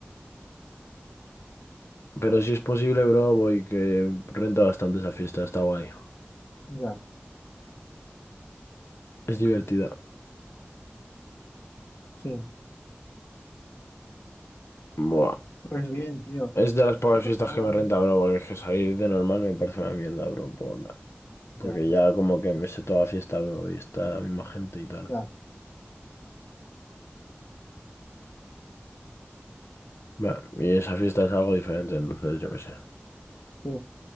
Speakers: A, on the left; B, on the left.
A: Pero si es posible, bro, voy, que renta bastante esa fiesta, está guay.
B: ya,
A: Es divertida.
B: sí.
A: Buah.
B: Pues bien, tío.
A: Es de las pocas
B: Lo-
A: fiestas que me renta, bro, porque es que salir de normal me parece una mierda, bro. por- Porque
B: Ya,
A: ya como que me sé toda la fiesta, bro, y está la misma gente y tal.
B: ya,
A: Va, Y esa fiesta es algo diferente, entonces yo qué sé.
B: sí,